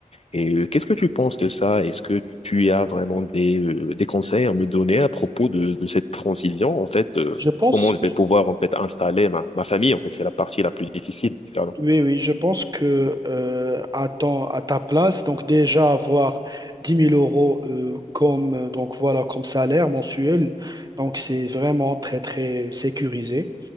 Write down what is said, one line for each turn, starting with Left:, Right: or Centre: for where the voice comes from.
Left: Et euh, qu'est-ce que tu penses de ça? Est-ce que tu as vraiment des, euh, des conseils à me donner à propos de, de cette transition, en fait, euh,
Right: Je pense.
Left: comment je vais pouvoir en fait installer ma, ma famille? En fait, c'est la partie la plus difficile. Pardon.
Right: Oui, oui, je pense que euh, à ton- à ta place, donc déjà avoir dix mille euros euh, comme, euh, donc voilà, comme salaire mensuel, donc c'est vraiment très, très sécurisé.